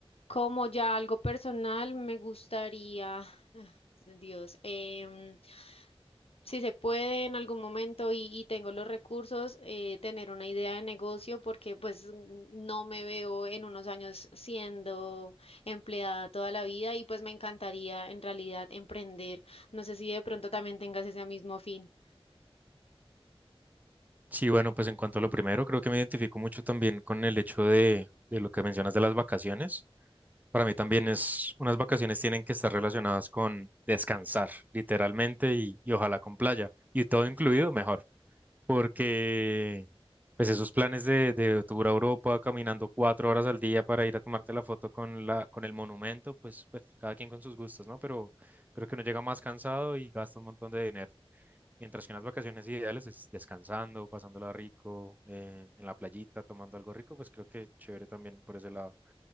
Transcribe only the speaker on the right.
Sí, bueno, pues en cuanto a lo primero, creo que me identifico mucho también con el hecho de, de lo que mencionas de las vacaciones. Para mí también es, unas vacaciones tienen que estar relacionadas con descansar, literalmente, y, y ojalá con playa, y todo incluido mejor, porque pues esos planes de, de tour a Europa, caminando cuatro horas al día para ir a tomarte la foto con la, con el monumento, pues, pues cada quien con sus gustos, ¿no? Pero creo que uno llega más cansado y gasta un montón de dinero. Mientras que unas vacaciones ideales es descansando, pasándola rico, eh, en la playita, tomando algo rico, pues creo que chévere también por ese lado.